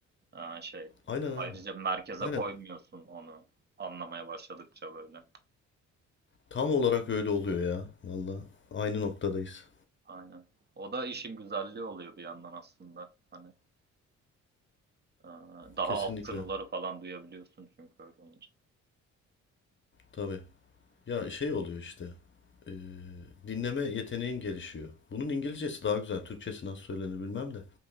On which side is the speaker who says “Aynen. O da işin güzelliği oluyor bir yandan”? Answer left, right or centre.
Right